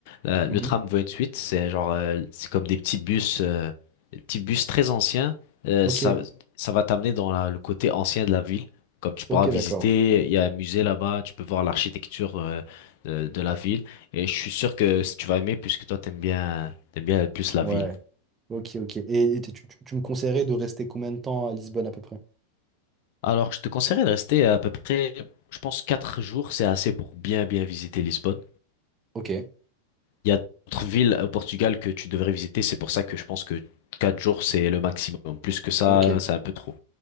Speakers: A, on the left; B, on the right.
A: euh, le
B: Mhm.
A: tram 28, c'est genre euh, c'est comme des petits bus, euh, des petits bus très anciens. Euh,
B: Ok,
A: ça ça va t'amener dans la- le côté ancien de la ville, comme tu
B: ok,
A: pourras visiter.
B: d'accord.
A: Il y a un musée là-bas, tu peux voir l'architecture euh, de, de la ville, et je suis sûr que si tu vas aimer puisque toi t'aimes bien t'aimes bien plus la
B: Ouais,
A: ville.
B: ok, ok. Et, et tu, tu tu me conseillerais de rester combien de temps à Lisbonne à peu près?
A: Alors je te conseillerais de rester à peu près, je pense quatre jours, c'est assez pour bien bien visiter Lisbonne.
B: Ok,
A: Il y a d'autres villes au Portugal que tu devrais visiter, c'est pour ça que je pense que 4 jours, c'est le maximum. Plus que ça,
B: ok.
A: c'est un peu trop.